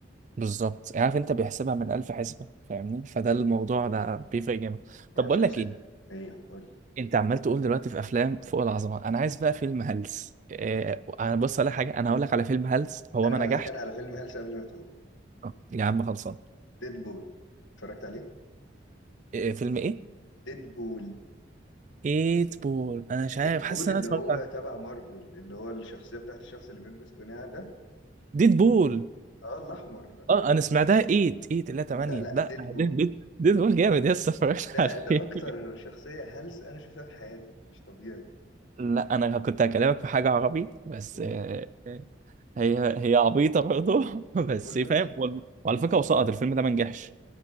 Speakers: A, on the right; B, on the left.
A: بالظبط عارف انت بيحسبها من الف حسبه فاهمني فده الموضوع ده بيفرق جامد
B: يعني
A: طب بقول
B: شخصيه
A: لك ايه
B: ايه قول لي
A: انت عمال تقول دلوقتي في افلام فوق العظمه انا عايز بقى فيلم هلس إيه انا بص على حاجه انا هقول لك على فيلم هلس هو
B: انا
A: ما
B: هقول
A: نجحش
B: لك انا على فيلم هلس قبل ما تقول
A: آه، يا عم خلصان
B: ديدبول اتفرجت عليه
A: إيه فيلم ايه
B: ديدبول
A: ايت بول انا مش عارف
B: بول
A: حاسس ان
B: اللي
A: انا اتفرجت
B: هو
A: على
B: تبع مارفل اللي هو الشخصية بتاعت الشخص اللي بيلبس قناع ده
A: ديد بول
B: اه الأحمر ده
A: اه انا سمعتها 8 8
B: لا لا
A: لا 8
B: بول
A: لا ديد ديد ديد بول جامد يس اتفرجت
B: ده
A: عليه
B: ده أكتر
A: <laughs>
B: شخصية هلس أنا شفتها في حياتي مش طبيعي
A: لا انا كنت هكلمك في حاجه عربي بس
B: قول
A: آه، هي هي عبيطه برضه <laughs> بس
B: قول بس
A: فاهم وال- وعلى فكره وسقط الفيلم ده ما نجحش